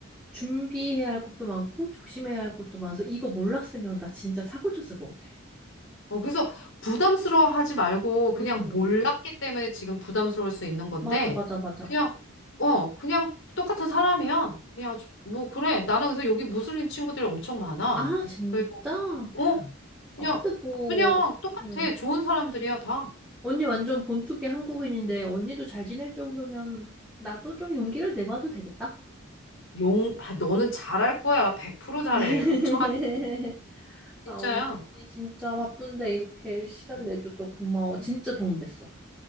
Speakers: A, in the centre; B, on the left.
A: 준비해야 할 것도 많고 조심해야 할 것도 많아서 이거 몰랐으면 나 진짜 사고 쳤을 것 같아.
B: 어, 그래서 부담스러워 하지 말고, 그냥
A: 응, 응,
B: 몰랐기
A: 응.
B: 때문에 지금 부담스러울 수 있는 건데,
A: 맞아, 맞아, 맞아.
B: 그냥, 어, 그냥 똑같은 사람이야. 그냥, 아주- 뭐, 그래. 나는 그래서 여기 무슬림 친구들이 엄청 많아.
A: 아, 진짜?
B: 그래서,
A: 아,
B: 어, 그냥,
A: 근데 뭐,
B: 그냥 똑같아.
A: 응.
B: 좋은 사람들이야, 다.
A: 언니 완전 본투비 한국인인데 언니도 잘 지낼 정도면 나도 좀 용기를 내봐도 되겠다?
B: 용, 아, 너는 잘할 거야. 100%
A: <laughs>
B: 잘해. 걱정하지, 진짜야.
A: 아, 언니 진짜 바쁜데 이렇게 시간
B: 응.
A: 내줘서 고마워. 진짜 도움 됐어.